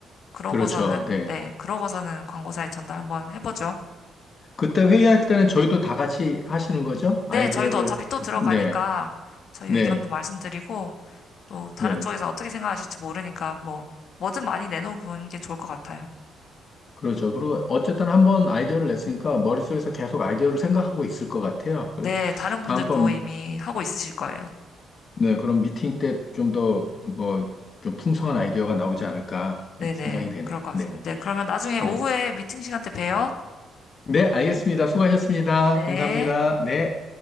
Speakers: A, on the left; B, on the left.
A: 그러고서는
B: 그렇죠. 네.
A: 네, 그러고서는 광고사에 전달 한번 해보죠.
B: 그때 회의할 때는 저희도 다 같이 하시는 거죠? 아이디어를,
A: 네, 저희도 어차피 또
B: 듣고.
A: 들어가니까
B: 네.
A: 저희
B: 네.
A: 의견도 말씀드리고 또 다른
B: 네.
A: 쪽에서 어떻게 생각하실지 모르니까 뭐 뭐든 많이 내놓는 게 좋을 것 같아요.
B: 그렇죠. 그리고 어쨌든 한 번 아이디어를 냈으니까 머릿속에서
A: 네,
B: 계속 아이디어를 생각하고 있을 것 같아요. 그리고
A: 네, 다른
B: 다음번
A: 분들도 이미 하고 있으실 거예요.
B: 네, 그럼 미팅 때 좀 더 뭐 좀 풍성한 아이디어가 나오지 않을까
A: 네네,
B: 이렇게 생각이 되네요.
A: 그럴 것 같습니다.
B: 네,
A: 네, 그러면 나중에
B: 네,
A: 오후에 미팅 시간 때 봬요.
B: 네, 알겠습니다. 수고하셨습니다.
A: 네.
B: 감사합니다. 네.